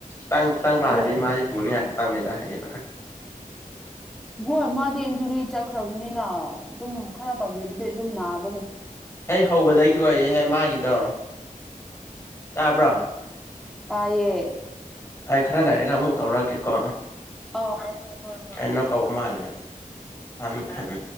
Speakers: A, on the left (about 20°); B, in the centre.
A: ꯆꯥꯡ ꯆꯥꯡ
B: ꯑꯗꯨ
A: ꯍꯥꯏꯗꯤ ꯃꯥꯦ ꯊꯣꯅꯤ ꯍꯥꯏ ꯆꯥꯡꯅꯦꯗꯦ ꯑꯩꯕ
B: ꯍꯣꯏ ꯃꯥꯗꯤ ꯏꯟꯖꯨꯔꯤ ꯆꯠꯈ꯭ꯔꯕꯅꯤꯅ ꯑꯗꯨꯝ ꯈꯔ ꯇꯧꯕꯤ ꯑꯗꯨꯗꯤ ꯑꯗꯨꯝ ꯅꯥꯕ
A: ꯑꯩ ꯍꯧꯕꯗꯒꯤ ꯑꯣꯏꯔꯛꯦꯍꯦ ꯃꯥꯒꯤꯗꯣ ꯇꯥꯕ꯭ꯔꯣ
B: ꯇꯌꯦ
A: ꯑꯥꯏ ꯈꯔꯥ ꯂ ꯂꯩꯔꯦꯒ ꯑꯃꯨꯛ ꯇꯧꯔꯛꯀꯦꯀꯣ
B: ꯑꯥ ꯍꯣꯏ ꯍꯣꯏ ꯍꯣꯏ
A: ꯑꯩꯅ ꯀꯧꯕ ꯃꯥꯜꯂꯦ ꯊꯃꯦ ꯊꯃꯦ